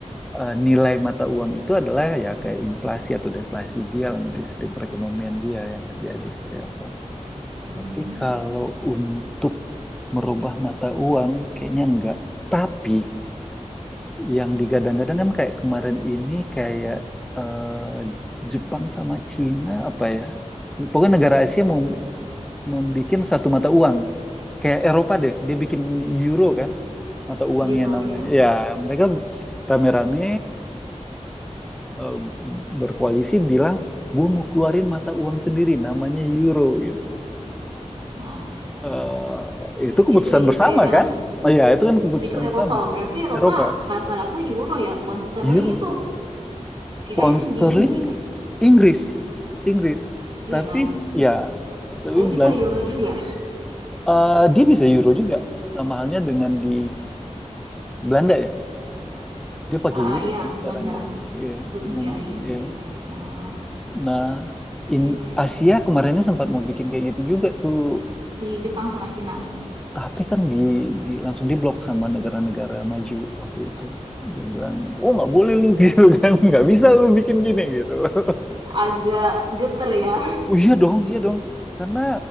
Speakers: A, in the centre; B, on the right (about 45°).
A: eh, nilai mata uang itu adalah ya kayak inflasi atau deflasi dia lah nanti sistem perekonomian dia yang terjadi seperti apa.
B: hmm,
A: Tapi kalau untuk merubah mata uang, kayaknya enggak. Tapi yang digadang-gadang kan kayak kemarin ini kayak eh, Jepang sama Cina apa ya? Pokoknya negara Asia mau membuat satu mata uang. Kayak Eropa deh, dia bikin euro kan, mata uangnya
B: euro
A: namanya.
B: ya?
A: Ya, mereka rame-rame eh, berkoalisi bilang, gue mau keluarin mata uang sendiri, namanya euro gitu.
B: Maaf,
A: Eh,
B: itu
A: itu keputusan
B: di
A: bersama
B: UK kan.
A: kan? Iya, itu kan keputusan
B: Itu Eropa,
A: bersama.
B: berarti Eropa
A: Eropa,
B: rata-rata euro ya. Pound sterling
A: Euro,
B: itu kirain
A: pound sterling,
B: di Inggris,
A: Inggris, Inggris. Tapi
B: iya kan?
A: ya, tapi
B: Tapi
A: Belanda,
B: bisa euro juga.
A: eh, dia bisa Euro juga. Sama halnya dengan di Belanda ya. Dia pakai
B: Ah,
A: Euro
B: ah, iya,
A: kan sekarang
B: Belanda.
A: ya. Iya,
B: Belum,
A: penuh
B: ya euro
A: ya.
B: juga. Oh,
A: Nah, in
B: iya iya iya
A: Asia
B: iya.
A: kemarinnya sempat mau bikin kayak gitu juga tuh.
B: Si Jepang sama Cina
A: Tapi kan di, di langsung diblok sama negara-negara maju waktu itu. Dia bilang, oh nggak boleh lu <laughs> gitu kan, nggak bisa lu bikin gini gitu. <laughs>
B: agak geter ya.
A: Oh iya dong, iya dong. Karena